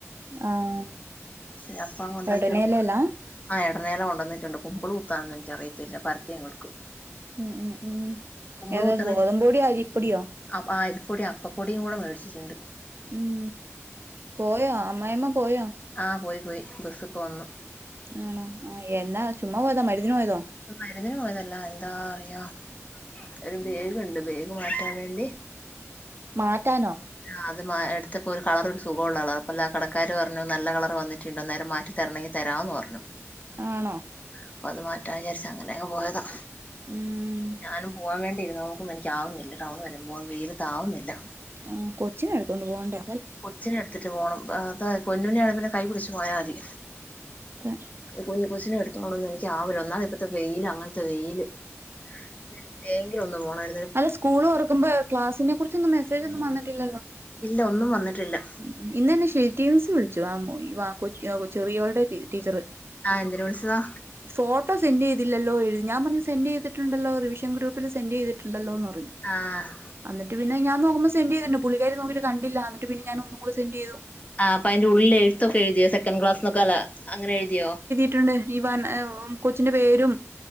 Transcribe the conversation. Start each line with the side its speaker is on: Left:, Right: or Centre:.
Right: ആഹ്
Left: രപ്പ <unintelligible> ഉണ്ടാക്കി
Right: എടനേലേലാ
Left: എടുക്കും. വടനേല കൊണ്ടുവന്നച്ച്ണ്ട്. കുമ്പിൾ കുത്താൻ എനിക്ക അറിയത്തില്ല. പരത്തിയങ് എടുക്കും.
Right: ഉം ഉം ഉം
Left: കുമ്പളു
Right: ഏതാ
Left: കുത്തന
Right: ഗോതമ്പൊടിയോ അരിപ്പൊടിയോ
Left: ആ അരിപ്പൊടിയും അപ്പപ്പൊടിയും കൂടെ മേടിച്ചിട്ടുണ്ട്.
Right: ഉം പോയോ അമ്മായ്മ്മ പോയോ
Left: ആഹ് പോയി പോയി ബസ്സിപ്പോ വന്നു
Right: ആണോ ആ എന്നാ ചുമ്മാ പോയതാ മരുന്ന്ന് പോയതോ
Left: മരുന്നിന് പോയതല്ല എന്താ അറിയാ ഒരു ബേഗുണ്ട് ബേഗ് മാറ്റാൻ വേണ്ടി
Right: മാറ്റാനോ
Left: ആ അത് എടുത്തപ്പോ ഒരു കളർ ഒരു സുഖള്ളളർ അപ്പ അല്ല കടക്കാര് പറഞ്ഞു നല്ല കളർ വന്നിട്ടുണ്ട അന്നേരം മാറ്റി തരണെങ്കി തരാന്ന് പറഞ്ഞു
Right: ആണോ
Left: അപ്പൊ അത് മാറ്റാൻ വിചാരിച്ച അങ്ങനെ അങ് പോയതാ
Right: ഉം
Left: ഞാനും പോവാൻ വേണ്ടിരുന്നു ഒപ്പം എനിക്കാവുന്നില്ല ടൗൺ വരുമ്പ പോകൻ വെയിലത്ത ആവുന്നില്ല
Right: ആഹ് കൊച്ചിനെ എടുത്തോണ്ട് പോണ്ടേ
Left: കൊച്ചിനെ എടുത്തിട്ട് പോണം അതാത് പൊന്നുനെയാണങ്കിൽ പിന്നെ കൈ പിടിച്ച് പോയാൽ മതി
Right: തെ
Left: കുഞ്ഞ് കൊച്ചിനെ എടുത്തോണ്ടന്ന് എനിക്ക് ആവില്ല ഒന്നാത് ഇപ്പത്തെ വെയില് അങ്ങൻത്തെ വെയില് <unintelligible> ഒന്ന് പോണായിരുന്നു
Right: അത് സ്കൂള് തുറക്കുമ്പോ ക്ലാസിനെ കുറിച്ചൊന്നും മെസ്സേജ് ഒന്നും വന്നിട്ടില്ലല്ലോ
Left: ഇല്ല ഒന്നും വന്നിട്ടില്ല
Right: ഉം ഇന്നന്നെ ഷെൽറ്റി മിസ് വിളിച്ചു ആമ്മോ വാ കൊ ചെറിയോളുടെ ടീച്ചറ്
Left: ആഹ് എന്തിന് വിളിച്ചതാ
Right: ഫോട്ടോ സെൻ്റ് ചെയ്തില്ലല്ലോ <unintelligible> ഞാൻ പർഞ് സെൻറ് ചെയ്ട്ടുണ്ടല്ലോ റിവിഷൻ ഗ്രൂപ്പിൽ സെൻ്റ് ചെയ്തി ട്ടുണ്ടല്ലോ എന്ന് പറഞ്ഞു
Left: ആഹ്
Right: അന്നിട്ട് പിന്നെ ഞാൻ നോക്കുമ്പോ സെൻ്റ് ചെയ്തിരുന്നു പുള്ളികാരി നോക്കിയിട്ട് കണ്ടില്ല എന്നിട്ട് പിന്നെ ഞാൻ ഒന്നുകൂടെ സെന്റ് ചെയ്തു
Left: ആഹ് അപ്പ അയ്ന്റെ ഉള്ളിൽ എഴുത്ത ഒക്കെ എഴ്തിയോ സെക്കൻഡ് ക്ലാസ്ക്ക അങ്ങനെ എഴുതിയോ
Right: ട്ടുണ്ട് <unintelligible> കൊച്ചിന്റെ പേരും